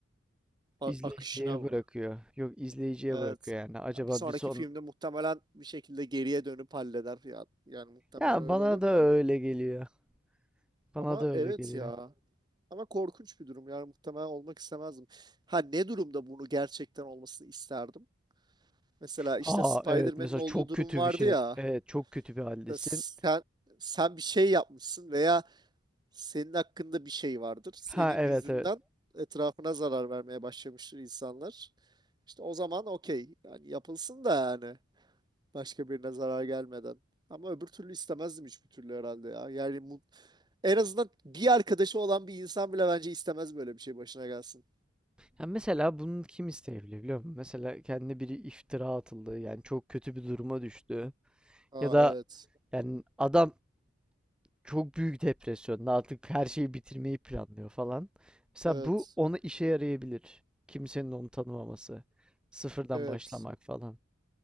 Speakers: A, on the right; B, in the centre.
A: A-
B: İzleyiciye
A: akışına mı?
B: bırakıyor. Yok izleyiciye
A: Evet.
B: bırakıyor yani. Acaba
A: Ya bir sonraki
B: bir son...
A: filmde muhtemelen bir şekilde geriye dönüp halleder. Ya, yani muhtemelen
B: Ya
A: öyle
B: bana
A: olur
B: da öyle
A: da.
B: geliyor. Bana
A: Ama
B: da öyle
A: evet
B: geliyor.
A: ya. Ama korkunç bir durum. Yani muhtemelen olmak istemezdim. Ha ne durumda bunu gerçekten olmasını isterdim? Mesela
B: Ha
A: işte Spider-Man'in
B: evet mesela
A: olduğu
B: çok
A: durum
B: kötü
A: vardı
B: bir şey.
A: ya.
B: Evet çok kötü bir haldesin.
A: İşte Sen, sen bir şey yapmışsın veya senin hakkında bir şey vardır. Senin
B: Ha evet
A: yüzünden
B: evet.
A: etrafına zarar vermeye başlamıştır insanlar. İşte o zaman okey. Yani yapılsın da yani. Başka birine zarar gelmeden. Ama öbür türlü istemezdim hiçbir türlü herhalde ya. Yani mu- en azından bir arkadaşı olan bir insan bile bence istemez böyle bir şey başına gelsin.
B: Ya mesela bunu kim isteyebilir biliyor musun? Mesela kendine biri iftira atıldı. Yani çok kötü bir duruma düştü.
A: Aa
B: Ya da
A: evet.
B: yani adam çok büyük depresyonda artık her şeyi bitirmeyi planlıyor falan. Mesela
A: Evet.
B: bu ona işe yarayabilir. Kimsenin onu tanımaması. Sıfırdan
A: Evet.
B: başlamak falan.